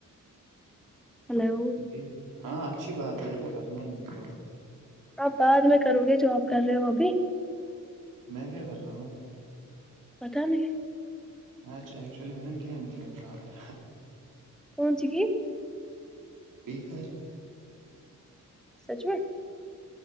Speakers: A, in the centre; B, on the right (about 80°).
A: ہیلو
B: جی ہاں اچھی بات ہے یہ تو کرنا ہی ہوتا ہے
A: آپ بعد میں کرو گے جو آپ کر رہے ہو ابھی
B: میں کیا کر رہا ہوں
A: پتاہ نہیں
B: میںچھا ایکچولی میں نا گیم کھیل رہا تھا
A: کون سی گیم
B: فری فائر
A: سچ میں